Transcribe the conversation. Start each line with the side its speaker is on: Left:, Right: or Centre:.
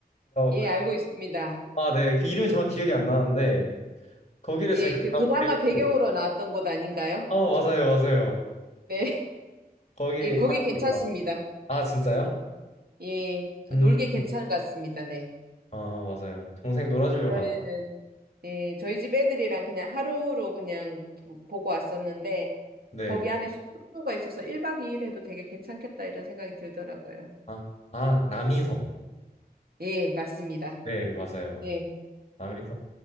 Right: 예,
Left: 그-
Right: 알고 있습니다.
Left: 아, 네. 그 이름이 정확히 기억이 안 나는데 거기를
Right: 예,
Left: 지금 갔다
Right: 그 드라마 배경으로
Left: 오고
Right: 나왔던 곳 아닌가요?
Left: 아, 맞아요. 맞아요.
Right: 네. <laughs>
Left: 거기
Right: 예, 거기
Left: 가다
Right: 괜찮습니다.
Left: 보니까- 아, 진짜요?
Right: 예,
Left: 음.
Right: 놀기 괜찮은 것 같습니다. 네.
Left: 아, 맞아요. 동생 놀아주려고
Right: 저희는,
Left: 가는.
Right: 예, 저희 집 애들이랑 그냥 하루로 그냥 보- 보고 왔었는데,
Left: 네.
Right: 거기 안에 숙소가 있어서 1박 2일 해도 되게 괜찮겠다 이런 생각이 들더라고요.
Left: 아, 아, 남이섬.
Right: 예, 맞습니다.
Left: 네, 맞아요.
Right: 예.
Left: 남이섬.